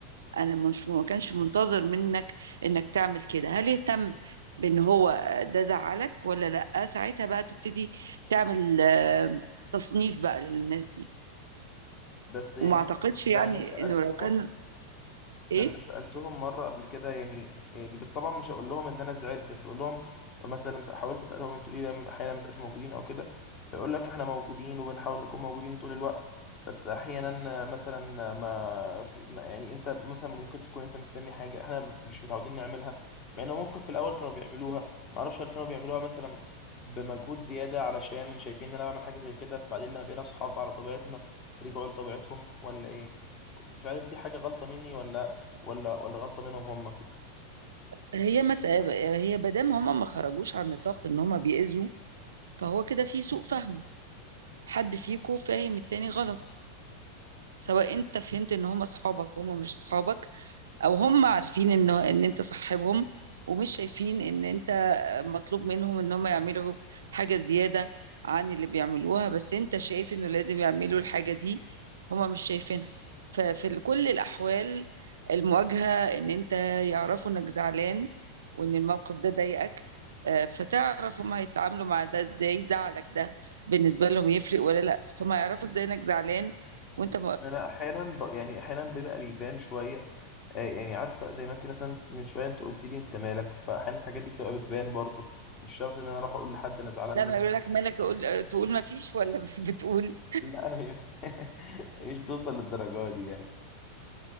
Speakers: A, on the right (about 75°); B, on the left (about 40°).
A: انا مش ما كانش منتظر منك انك تعمل كده هل اهتم بان هو ده زعلك ولا لا ساعتها بقى تبتدي تعمل آه، تصنيف بقى للناس دي
B: بس يعني
A: وما اعتقدش
B: لما
A: يعني
B: سالتهم
A: انه لو كان ايه
B: لما سألتهم مرة قبل كده يعني يعني بس طبعا مش هقول لهم ان انا زعلت بس اقول لهم مثلا لما حاولت اسالهم انتوا ليه دايما احيانا ما بتبقاش موجودين او كده فيقول لك احنا موجودين وبنحاول نكون موجودين طول الوقت بس احيانا مثلا ما, في ما يعني انت مثلا ممكن تكون انت مستني حاجه احنا مش متعودين نعملها مع انه ممكن في الاول كانوا بيعملوها ما اعرفش هل كانوا بيعملوها مثلا بمجهود زياده علشان شايفين ان انا بعمل حاجه زي كده فبعدين لما بقينا اصحاب على طبيعتنا رجعوا لطبيعتهم ولا ايه مش عارف دي حاجه غلطه مني ولا ولا ولا غلطة منهم هم
A: هي مسألة هي مادام هما ما خرجوش عن نطاق ان هما بيأذوا فهو كده في سوء فهم حد فيكو فاهم التاني غلط سواء انت فهمت ان هما اصحابك وهما مش اصحابك او هم عارفين انه ان انت صاحبهم ومش شايفين ان انت مطلوب منهم ان هم يعملوا حاجة زيادة عن اللي بيعملوها بس انت شايف انه لازم يعملوا الحاجة دي هم مش شايفينها ففي ال- كل الاحوال المواجهة ان انت يعرفوا انك زعلان وان الموقف ده ضايقك آه، فتعرف هم هيتعاملوا مع ده ازاي زعلك ده بالنسبة لهم يفرق ولا لا بس هم يعرفوا ازاي انك زعلان وانت
B: انا احيانا ب... يعني احيانا بيبقى بيبان شوية آه يعني عارفة زي ما انت مثلا من شوية انت قلت لي انت مالك فاحيانا الحاجات دي بتبقى بتبان برضو مش شرط ان انا اروح اقول لحد انا زعلان
A: لما
B: منك
A: يقول لك مالك اقول آه، تقول ما فيش ولا <laughs> بتقول
B: لا <laughs> مش توصل للدرجة دي يعني